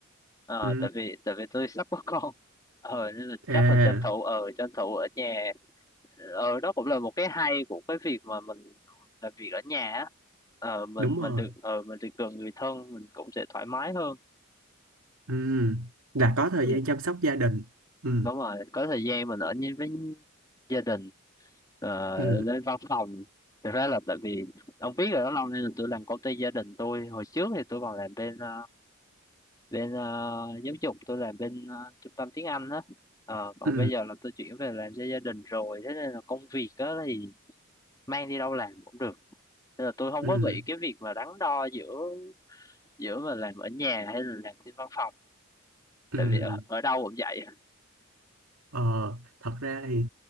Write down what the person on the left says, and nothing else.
Ờ,
tại vì tại vì tôi <laughs> sắp có con ờ nên là
chắc là tranh thủ ở tranh thủ ở nhà ờ đó cũng là một cái hay của cái việc mà mình làm việc ở nhà á ờ mình
mình
được ờ mình được gần người thân mình cũng sẽ thoải mái hơn
Ừ.
đúng rồi có thời gian mình ở với gia đình ờ,
lên văn phòng thực ra là tại vì ông biết rồi đó lâu nay là tôi làm công ty gia đình tôi hồi trước thì tôi còn làm bên ờ, bên ờ, giáo dục tôi làm bên ờ, trung tâm tiếng Anh đó, Ờ, còn
bây giờ là tôi chuyển về làm cho gia đình rồi thế nên là công việc đó thì mang đi đâu làm cũng được nên là tôi không
có bị cái việc mà đắn đo giữa giữa mà làm ở nhà hay là làm trên văn phòng
tại vì ở, ở đâu cũng vậy